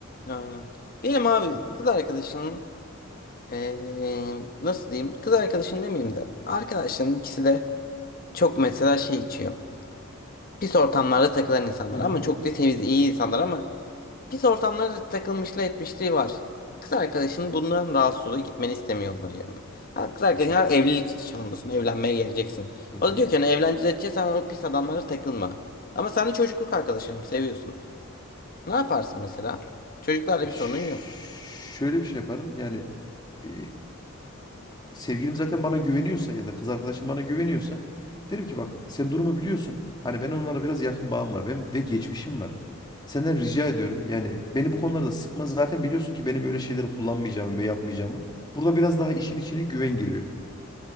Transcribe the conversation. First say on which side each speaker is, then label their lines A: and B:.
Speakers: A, on the left; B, on the left.
A: Aynen. Diyelim abi
B: <laughs>
A: kız arkadaşının eee, nasıl diyeyim? Kız arkadaşın demeyeyim de arkadaşların ikisi de çok mesela şey içiyor. Pis ortamlarda takılan insanlar
B: Hı hı.
A: ama çok da temiz iyi insanlar ama pis ortamlarda takılmışlığı etmişliği var. Kız arkadaşın bundan rahatsız oluyor gitmeni istemiyor onların yanına. Ha, kız arkadaşın
B: Hı hı.
A: ha, evlilik çağındasın evlenmeye geleceksin.
B: Hı hı.
A: O da diyor ki hani evleneceğiz edeceksen o pis adamlara takılma. Ama sen de çocukluk arkadaşlarım seviyorsun. Ne yaparsın mesela? Çocuklarla bir
B: Ş-
A: sorunun yok.
B: Şöyle bir şey yaparım. Yani e, sevgilim zaten bana güveniyorsa ya da kız arkadaşım bana güveniyorsa derim ki bak sen durumu biliyorsun. Hani ben onlara biraz yakın bağım var ben, ve geçmişim var. Senden rica ediyorum. Yani beni bu konularda sıkma. Zaten biliyorsun ki benim öyle şeyleri kullanmayacağımı ve yapmayacağımı. Burada biraz daha işin içine güven giriyor.